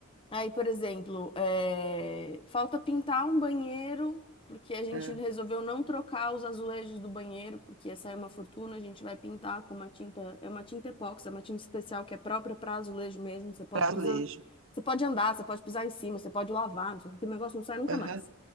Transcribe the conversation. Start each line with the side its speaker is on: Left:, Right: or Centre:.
Left: Aí, por exemplo, é, falta pintar um banheiro, porque a gente
Right: É,
Left: resolveu não trocar os azulejos do banheiro, porque ia sair uma fortuna. A gente vai pintar com uma tinta, é uma tinta epóxi, é uma tinta especial que é própria para azulejo mesmo. Você pode
Right: azulejo.
Left: pisar, você pode andar, você pode pisar em cima, você pode lavar, não sei o que, aquele negócio não sai nunca
Right: Aham.
Left: mais.